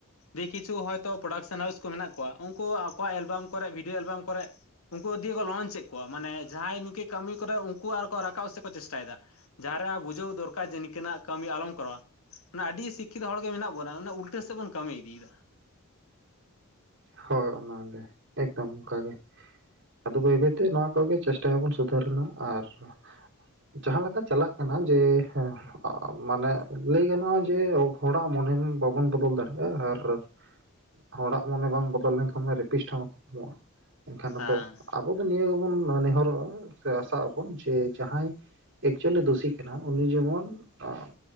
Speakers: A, on the left (about 75°); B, on the right (about 55°).
A: ᱫᱤᱭ ᱠᱤᱪᱷᱩ ᱦᱚᱭᱛᱳ ᱯᱨᱚᱰᱟᱠᱥᱮᱱ ᱦᱟᱣᱩᱥ ᱠᱚ ᱢᱮᱱᱟᱜ ᱠᱚᱣᱟ ᱩᱱᱠᱩ ᱟᱠᱚᱣᱟᱜ ᱮᱞᱵᱟᱢ ᱠᱚᱨᱮ ᱵᱷᱤᱰᱭᱳ ᱮᱞᱵᱟᱢ ᱠᱚᱨᱮ ᱼᱼ ᱩᱱᱠᱩ ᱫᱤᱭ ᱠᱚ ᱞᱚᱧᱪ ᱮᱫ ᱠᱚᱣᱟ ᱢᱟᱱᱮ ᱡᱟᱦᱟᱸᱭ ᱱᱤᱝᱠᱟᱹ ᱠᱟᱹᱢᱤ ᱠᱚᱨᱮ ᱩᱱᱠᱩ ᱟᱨᱚ ᱠᱚ ᱨᱟᱠᱟᱵ ᱥᱮᱫ ᱠᱚ ᱪᱮᱥᱴᱟᱭᱮᱫᱟ। ᱡᱟᱦᱟᱸᱨᱮ ᱵᱩᱡᱷᱟᱹᱣ ᱫᱚᱨᱠᱟᱨ ᱡᱮ ᱱᱤᱝᱟᱹᱱᱟᱜ ᱠᱟᱹᱢᱤ ᱟᱞᱚᱢ ᱠᱚᱨᱟᱣᱟ᱾ ᱢᱟᱱᱮ ᱟᱹᱰᱤ ᱥᱤᱠᱠᱷᱤᱛᱚ ᱦᱚᱲᱜᱮ ᱢᱮᱱᱟᱜ ᱵᱚᱱᱟ ᱚᱱᱟ ᱩᱞᱴᱟᱹ ᱥᱮᱫ ᱵᱚᱱ ᱠᱟᱹᱢᱤ ᱤᱫᱤᱭᱮᱫᱟ।
B: ᱦᱳᱭ ᱚᱱᱟᱜᱮ ᱮᱠᱫᱚᱢ ᱚᱱᱠᱟᱜᱮ। ᱟᱫᱚ ᱵᱟᱹᱭ ᱵᱟᱹᱭ ᱛᱮ ᱱᱚᱣᱟ ᱠᱚᱜᱮ ᱪᱮᱥᱴᱟᱭᱟᱵᱚᱱ ᱥᱩᱫᱷᱟᱹᱨ ᱨᱮᱱᱟᱜ᱾ ᱟᱨ ᱼᱼ ᱡᱟᱦᱟᱸ ᱞᱮᱠᱟ ᱪᱟᱞᱟᱜ ᱠᱟᱱᱟ ᱡᱮ ᱦᱮᱸ ᱟᱻ ᱢᱟᱱᱮ ᱞᱟᱹᱭ ᱜᱟᱱᱚᱜᱼᱟ ᱡᱮ ᱦᱚᱲᱟᱜ ᱢᱚᱱᱮ ᱵᱟᱵᱚᱱ ᱵᱚᱫᱚᱞ ᱫᱟᱲᱮᱭᱟᱜᱼᱟ ᱟᱨ ᱼᱼ ᱦᱚᱲᱟᱜ ᱢᱚᱱᱮ ᱵᱟᱝ ᱵᱚᱫᱚᱞ ᱞᱮᱱᱠᱷᱟᱱ ᱢᱟ ᱨᱮᱯᱤᱥᱴ ᱦᱚᱸ ᱵᱟᱠᱚ ᱠᱚᱢᱚᱜᱼᱟ ᱮᱱᱠᱷᱟᱱ
A: ᱦᱮᱸ
B: ᱫᱚ ᱟᱵᱚ ᱟᱵᱚ ᱫᱚ ᱱᱤᱭᱟᱹ ᱜᱮᱵᱚᱱ ᱱᱮᱦᱚᱨᱚᱜᱼᱟ ᱥᱮ ᱟᱥᱟᱜ ᱟᱵᱚᱱ ᱡᱮ ᱡᱟᱦᱟᱸᱭ ᱼᱼ ᱮᱠᱪᱩᱭᱮᱞᱤ ᱫᱩᱥᱤ ᱠᱟᱱᱟ ᱩᱱᱤ ᱡᱮᱢᱚᱱ ᱟᱸᱻ